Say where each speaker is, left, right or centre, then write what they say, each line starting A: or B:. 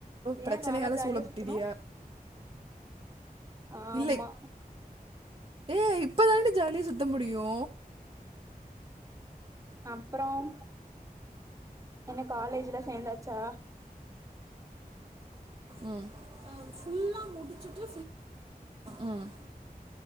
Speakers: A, on the right (about 20°); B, on the right (about 35°).
A: ஏ
B: பிரச்சனையால
A: நாலா ஜாலியா
B: சூழப்பட்டிடியா
A: சுத்தனு ஆமா
B: இல்லை ஏ இப்பதான்டி ஜாலியா சுத்த முடியு
A: அப்றோம் என்ன காலேஜ்லா சேந்தாச்சா
B: உம் அஹ் ஃபுல்லா முடிச்சிட்டு உம்